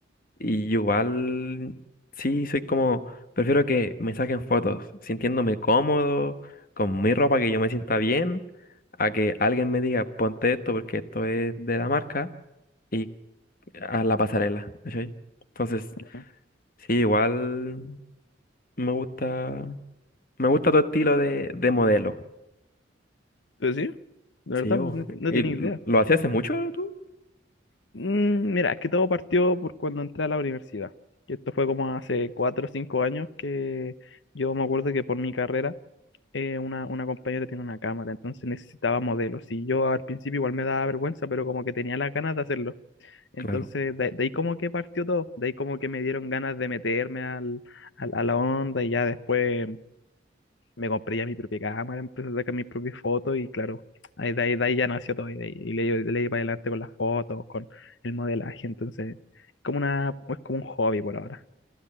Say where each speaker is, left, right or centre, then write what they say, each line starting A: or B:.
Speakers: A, on the left; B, on the left.
A: Y igual, sí, soy como, prefiero que me saquen fotos sintiéndome cómodo, con mi ropa, que yo me sienta bien, a que alguien me diga, ponte esto porque esto es de la marca y a la pasarela, ¿cachai? Entonces,
B: Ujú.
A: sí, igual me gusta, me gusta tu estilo de, de modelo.
B: Pero sí, de
A: Sí,
B: verdad,
A: vos.
B: pues, no, no
A: ¿Y
B: tenía
A: l-
B: idea.
A: lo hacías hace mucho tú?
B: Mm, mira, es que todo partió por cuando entré a la universidad, y esto fue como hace cuatro o cinco años que yo me acuerdo que por mi carrera eh, una, una compañera tiene una cámara, entonces necesitaba modelos. Y yo al principio igual me daba vergüenza, pero como que tenía las ganas de hacerlo. Entonces
A: Claro.
B: de, de ahí como que partió todo, de ahí como que me dieron ganas de meterme al, al- a la onda y ya después me compré ya mi propia cámara, empecé a sacar mis propias fotos y claro, ahí, de ahí, de ahí ya nació todo y, de ahí, y le, le di para adelante con las fotos, con el modelaje. Entonces es como una, es como un hobby por ahora.